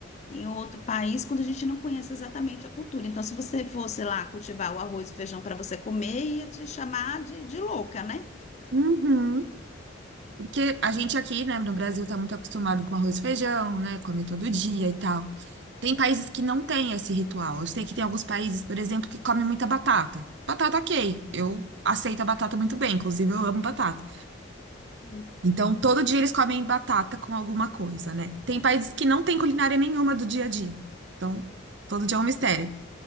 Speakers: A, on the left; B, on the right.
A: em outro país, quando a gente não conhece exatamente a cultura. Então, se você fosse lá cultivar o arroz e o feijão para você comer, ia te chamar de, de louca, né?
B: uhum. Porque a gente aqui, né, no Brasil tá muito acostumado com arroz e feijão, né, comer todo dia e tal. Tem países que não têm esse ritual. Eu sei que tem alguns países, por exemplo, que comem muita batata. Batata, ok. Eu aceito a batata muito bem, inclusive eu amo batata.
A: Sim.
B: Então, todo dia eles comem batata com alguma coisa, né? Tem países que não têm culinária nenhuma do dia a dia. Então, todo dia é um mistério.